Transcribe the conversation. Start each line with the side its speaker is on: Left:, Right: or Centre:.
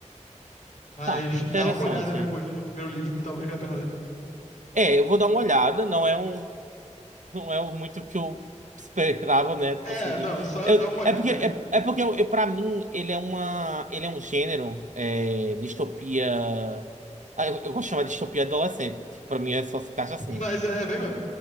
Left: Mas
Right: Tá, interessante.
Left: dá uma olhada depois no, no primeiro livro, porque talvez valha a pena ler.
Right: É, eu vou dar uma olhada. Não é um. não é muito o que eu esperava, né? Tipo
Left: É,
Right: assim, de...
Left: não, só
Right: eu-
Left: dá uma olhada.
Right: é porque, é, é porque eu, eu, pra mim, ele é uma, ele é um gênero, é, distopia... Ah, Eu, eu gosto de chamar de distopia adolescente, que pra mim é só se encaixa assim.
Left: <laughs> Mas é bem mesmo.